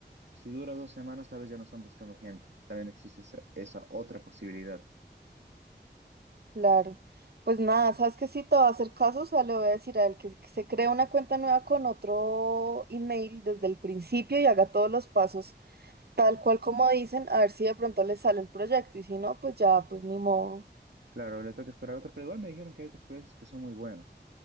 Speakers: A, on the right; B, on the right.
A: Si dura dos semanas, tal vez ya no están buscando gente. También existe esa, esa otra posibilidad.
B: claro. Pues nada, sabes que sí te va a hacer caso, o sea, le voy a decir a él que, que se cree una cuenta nueva con otro email desde el principio y haga todos los pasos tal cual como dicen, a ver si de pronto le sale el proyecto y si no, pues ya, pues ni modo.
A: Claro, le toca esperar otro, pero igual me dijeron que hay otros proyectos que son muy buenos.